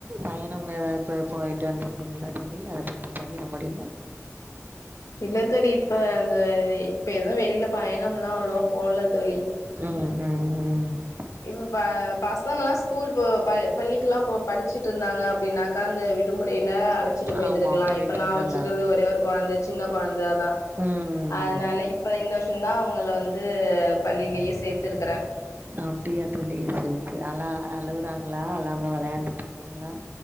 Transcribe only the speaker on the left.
இல்ல தோழி இப்ப அந்த இப்ப எதுவு வெளியில பயணம் எல்லா அவ்வளோவா போல தோழி
இப்போ பசங்கல்லா ஸ்கூல் இ ப பள்ளிக்குல்லா இ படிச்சுட்ருந்தாங்க அப்படின்னாக் உக்காந்த விடுமுறையில அழ வச்சுட்டு போயந்திருக்கலா
இப்ப நா
வச்சுக்கிறது ஒரே ஒரு கொழந்தை சின்ன கொழந்தை அதா
அதனால
இப்ப இந்த வருஷந்தா அவங்கள வந்து பள்ளியிலயே சேத்துருக்கறே